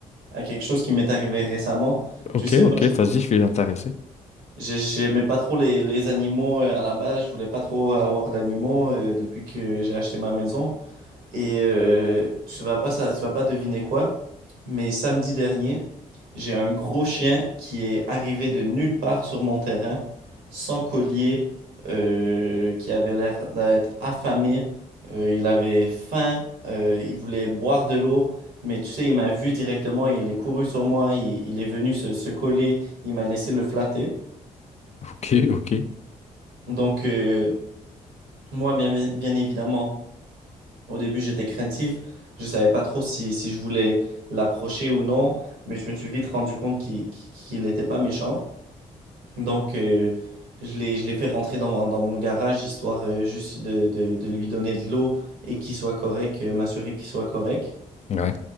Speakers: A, on the right; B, on the left.
A: à quelque chose qui m'est arrivé récemment.
B: Ok,
A: Tu sais,
B: ok,
A: moi,
B: vas-y, je suis intéressé.
A: J'ai- J'aimais pas trop les, les animaux euh, à la base, je voulais pas trop avoir d'animaux euh, depuis que j'ai acheté ma maison. Et euh, tu vas pas, ça, tu vas pas deviner quoi, mais samedi dernier, j'ai un gros chien qui est arrivé de nulle part sur mon terrain, sans collier, euh, qui avait l'air d'être affamé. Euh, il avait faim, euh, il voulait boire de l'eau, mais tu sais, il m'a vu directement, il est couru sur moi, il, il est venu se se coller, il m'a laissé le flatter.
B: Ok, ok.
A: Donc, euh, moi, bien, bien évidemment, au début, j'étais craintif. Je savais pas trop si, si je voulais l'approcher ou non, mais je me suis vite rendu compte qu'il qu'il n'était pas méchant. Donc, euh, je l'ai, je l'ai fait rentrer dans, mon- dans mon garage, histoire euh, juste de, de, de lui donner de l'eau et qu'il soit correct, euh, m'assurer qu'il soit correct.
B: Ouais.